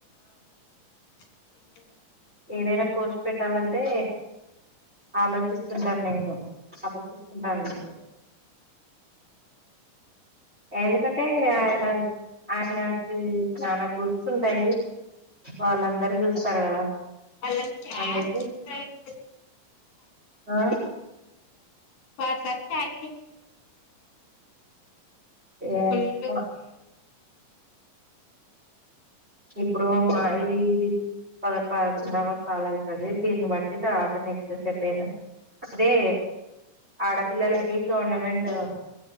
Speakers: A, on the left; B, on the right.
A: ప
B: ఏదైనా పోస్ట్ పెట్టాలంటే ఆలోచిస్తుంటాను నేను ఆలోచిస్తుంటా అందుకే ఎందుకంటే ఆయన ఆయనకి చాలా గ్రూప్స్ ఉంటాయి వాళ్ళందరు చూ స్తరు కదా
A: వాళ్ళని ట్యాగ్
B: అందుకే
A: ఎప్పుడైనా
B: ఆ
A: వాట్సప్ చాటింగ్
B: ఏమో
A: ఫుల్
B: ఇప్పుడు మా ఇది ఇది పద పదకొండవ కాల్ అయితది దీన్ని బట్టి తర్వాత నెక్స్ట్ ఏంటి అనేది అదే ఆడపిల్లలకి గవర్నమెంట్